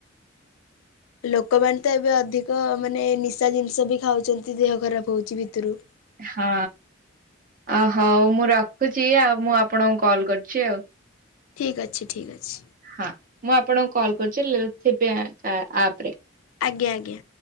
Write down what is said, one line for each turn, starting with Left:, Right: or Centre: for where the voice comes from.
Left: ଲୋକମାନେ ତ ଏବେ ଅଧିକ ମାନେ ନିଶା ଜିନିଷ ବି ଖାଉଛନ୍ତି ଦେହ ଖରାପ ହଉଛି ଭିତରୁ
Right: ହଁ ଅ ହଉ ମୁଁ ରଖୁଛି ଆଉ ମୁଁ ଆପଣଙ୍କୁ କଲ୍ କରୁଛି ଆଉ।
Left: ଠିକ୍ ଅଛି ଠିକ୍ ଅଛି।
Right: ହଁ ମୁଁ ଆପଣଙ୍କୁ କଲ୍ କରୁଛି ଥିବି ଆପ ରେ
Left: ଆଜ୍ଞା ଆଜ୍ଞା।